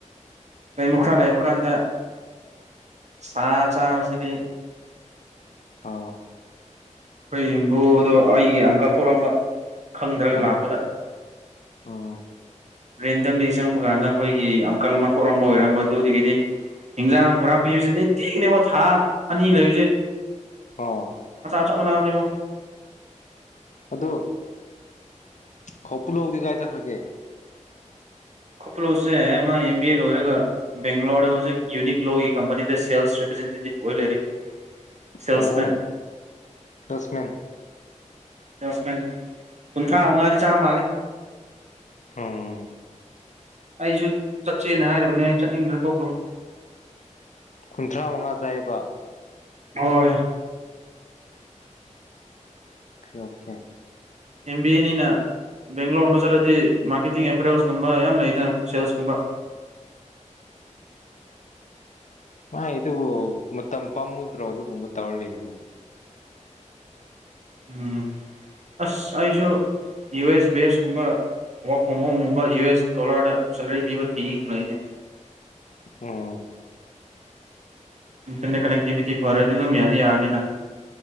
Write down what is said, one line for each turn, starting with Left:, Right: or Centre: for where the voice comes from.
Right: ꯑꯩꯃꯨꯛ ꯈꯔ ꯂꯩꯕ ꯀꯥꯟꯗ ꯁꯥ ꯆꯥꯕꯁꯤꯗꯤ
Left: ꯑ
Right: ꯍꯣꯏ ꯌꯕꯨꯗꯣ ꯑꯩꯒꯤ ꯑꯪꯀꯜ ꯊꯣꯛꯣꯔꯛꯝꯕ ꯈꯪꯗ꯭ꯔꯒ
Left: ꯑꯣ
Right: ꯂꯥꯛꯄꯗ
Left: ꯎꯝ
Right: ꯔꯦꯟꯝ ꯂꯩꯁ ꯆꯪꯕ ꯀꯥꯟꯗ ꯑꯩꯈꯣꯏꯒꯤ ꯑꯪꯀꯜ ꯑꯃ ꯍꯧꯧꯔꯝꯕ ꯑꯣꯏꯔꯝꯕ ꯑꯗꯨꯗꯒꯤꯗꯤ ꯍꯤꯟꯖꯥꯡ ꯄꯨꯔꯥ ꯄꯤꯕꯁꯤꯗꯤ ꯇꯤꯅꯦꯕ ꯊꯥ ꯑꯅꯤ ꯂꯩꯨꯁꯦ
Left: ꯑ
Right: ꯅꯥꯗꯕ
Left: ꯑꯗꯨ ꯈ ꯄꯨꯂꯧꯗꯤ ꯀꯥꯏꯖꯈ꯭ꯔꯒꯦ
Right: ꯈꯨꯣꯀꯂꯣꯁꯦ ꯃꯥ ꯑꯦꯝ ꯕꯤ ꯑꯦ ꯂꯣꯏꯔꯒ ꯕꯦꯡꯒ꯭ꯂꯣꯔꯗ ꯍꯧꯖꯤꯛ ꯌꯨꯅꯤꯛ ꯂꯣꯒꯤ ꯀꯝꯄꯅꯤꯗ ꯁꯦꯜꯁ ꯔꯤꯄ꯭ꯔꯖꯦꯟꯇꯦꯇꯤꯞ ꯑꯣꯏ ꯂꯩꯔꯤ ꯁꯦꯜꯁꯃꯦꯟ
Left: ꯑꯣ ꯁꯁꯃꯦꯟ
Right: ꯁ ꯀꯨꯟꯊ꯭ꯔꯥ ꯃꯉꯥꯏꯅꯤ ꯆꯥ ꯃꯥꯜꯦ
Left: ꯍꯝ
Right: ꯑꯩꯁꯨ ꯆꯠꯁꯦꯅ ꯍꯥꯏꯔꯝꯅꯦ ꯑꯩ ꯆꯠꯅꯤꯡꯕꯅ ꯇꯣꯛꯈ꯭ꯔꯕ
Left: ꯀꯨꯟꯊ꯭ꯔꯥ ꯃꯉꯥ ꯆꯥꯏꯌꯦꯕ
Right: ꯍꯣꯏ
Left: ꯁꯤ ꯑꯣꯁꯦ
Right: ꯑꯦꯝ ꯕꯤ ꯑꯦꯅꯤꯅ ꯕꯦꯡꯒ꯭ꯂꯣꯔ ꯑꯃ ꯆꯠꯂꯗꯤ ꯃꯥꯔꯀꯦꯇꯤꯡ ꯑꯦꯄꯦꯔꯦꯜꯁꯀꯨꯝꯕ ꯌꯥꯝ ꯂꯩꯗꯅ ꯁꯦꯜꯁꯀꯨꯝꯕ
Left: ꯃꯥꯥꯏ ꯑꯗꯨꯕꯨ ꯃꯇꯝ ꯄꯥꯝꯃꯨꯗ꯭ꯔꯣ ꯑꯗꯨꯒꯨꯝꯕ ꯇꯧꯔ ꯂꯩꯗꯨꯃ
Right: ꯎꯝ ꯑꯁ ꯑꯩꯁꯨ ꯌꯨ ꯑꯦꯁ ꯕꯦꯁꯀꯨꯝꯕ ꯋꯔꯛ ꯐ꯭ꯔꯣꯝ ꯍꯣꯝꯒꯨꯝꯕ ꯌꯨ ꯑꯦꯁ ꯗꯣꯂꯔꯗ ꯁꯦꯂꯔꯤ ꯄꯤꯕ ꯊꯤꯅꯤꯡ ꯂꯩꯅꯤ
Left: ꯎꯝ
Right: ꯏꯟꯇꯔꯅꯦꯠ ꯀꯅꯦꯛꯇꯤꯚꯤꯇꯤ ꯐꯔꯗꯤ ꯑꯗꯨꯝ ꯌꯥꯗꯤ ꯌꯥꯔꯅꯤꯅ